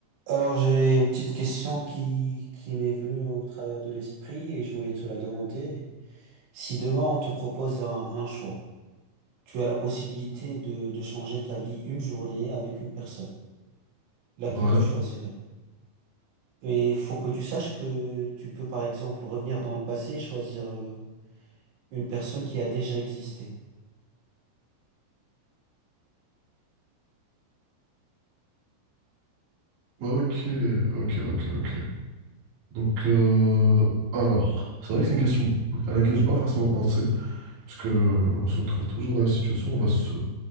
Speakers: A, on the right (about 75°); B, on the right (about 45°).
A: Alors, j'ai une petite question qui, qui m'est venue au travers de l'esprit et je voulais te la demander. Si demain on te propose un, un choix, tu as la possibilité de, de changer ta vie une journée avec une personne, laquelle
B: Ouais.
A: tu choisirais? Et il faut que tu saches que tu peux par exemple revenir dans le passé et choisir euh, une personne qui a déjà existé.
B: Ok, ok, ok, ok. Donc, euh, alors, c'est vrai que c'est une question à laquelle j'ai pas forcément pensé, parce que euh, on se retrouve toujours dans la situation où on va se,